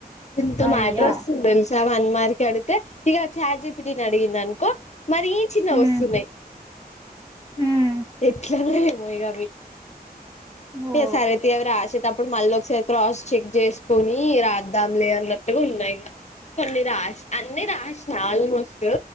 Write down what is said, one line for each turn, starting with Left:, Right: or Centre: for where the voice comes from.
Left: ఎంత
Right: అయ్యా
Left: మ్యాటర్ ఒస్తుంది తెల్సా అవన్ మార్ అడుగుతే ఇగ చాట్ జీపీటి నీ అడిగిన్నన్కో మరి ఏ చిన్న
Right: ఉమ్
Left: గోస్తున్నాయి
Right: ఉమ్
Left: ఎట్లా నో ఏమో ఇగ అవ్వి
Right: ఓ
Left: ఇగ సరేతీ అవి రాసే టప్పుడు మల్లోకసారి క్రాస్ చెక్ చేసుకుని రాద్దాంలే అన్నట్టుగా ఉన్నా ఇగ కొన్ని రాష్ అన్ని రాష్నా ఆల్మోస్ట్